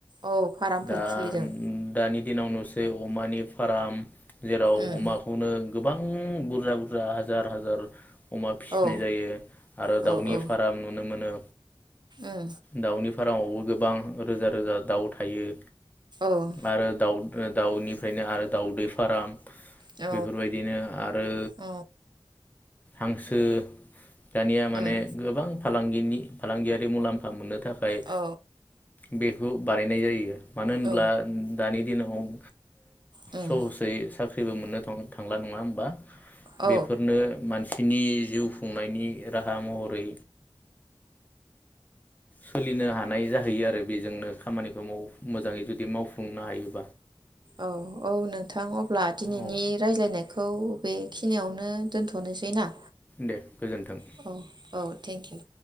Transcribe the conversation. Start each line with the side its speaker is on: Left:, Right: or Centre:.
Right: औ फार्मफोर
Left: दा
Right: खुलिदों
Left: दानि दिनाव नुसै अमानि फार्म जेराव
Right: उम
Left: अमाखौनो गोबां बुरजा बुर हाजार हाजार अमा फिसिनाय
Right: औ
Left: जायो आरो
Right: औ
Left: दाउनि
Right: औ
Left: फारम नुनो मोनो
Right: उम
Left: दाउनि फारामावबो गोबां रोजा रोजा दाउ थायो
Right: औ
Left: आरो दाउ दाउनिफ्रायनो आरो दाउदै फार्म
Right: औ
Left: बेफोरबायदिनो आरो
Right: औ
Left: हांसो दानिया माने
Right: उम
Left: गोबां फालांगिनि फालांगियारि मुलाम्फा मोननो थाखाय
Right: औ
Left: बे बेखौ बानायनाय जायो मानो होनब्ला
Right: औ
Left: दानि दिनाव ओ
Right: उम
Left: सहसै साख्रि जेबो मोननो थांला नङा होमबा
Right: औ
Left: बेफोरनो मानसि नि जिउ खुंनायनि राहा महरै सोलिनो हानाय जाहैयो आरो बेजोंनो खामानिखौ माव मोजाङै जुदि मावफुंनो हायो
Right: औ औ नोंथां अब्ला दिनैनि
Left: औ
Right: रायज्लायनायखौ बे बेखिनियावनो दोनथ'नोसै ना
Left: दे गोजोन्थों।
Right: औ औ थेंकिउ